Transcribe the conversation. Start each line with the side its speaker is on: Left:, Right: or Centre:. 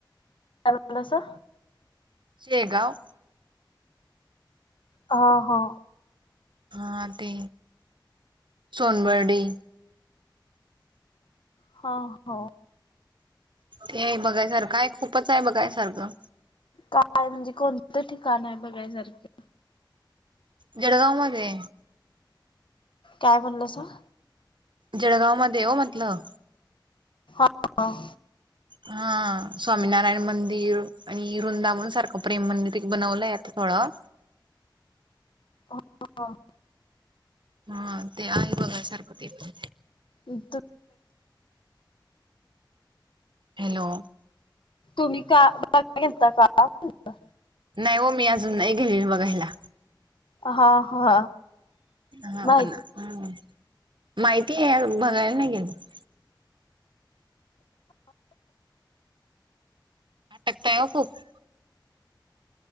Left: काय म्हटलं सा
Right: शेगांव
Left: हा हा
Right: हा ते सोनबर्डी
Left: हो हो
Right: ते बघायसारखं आहे खूपच आहे बघायसारखं
Left: काय म्हणजे कोणतं ठिकाण आहे बघायचं सारखं.
Right: जळगांव मध्ये.
Left: काय बोलास तु
Right: जळगांव मध्ये हो म्हटलं.
Left: काय.
Right: हा स्वामीनारायण मंदिर आणि वृंदा म्हणून सारखं प्रेम मंदिर बनवलं येत थोडं.
Left: हा <inaudible>
Right: हा ते आहे बघा सारखं ते पण,
Left: हम्म
Right: हॅलो!
Left: तुम्ही का बघायला गेलता का म्हनलं.
Right: नाही हो मी अजून नाही गेले बघायला
Left: हा हा
Right: हा
Left: माहिती
Right: पण ना माहिती आहे बघायला नाही गेले. शकताय खूप <inaudible>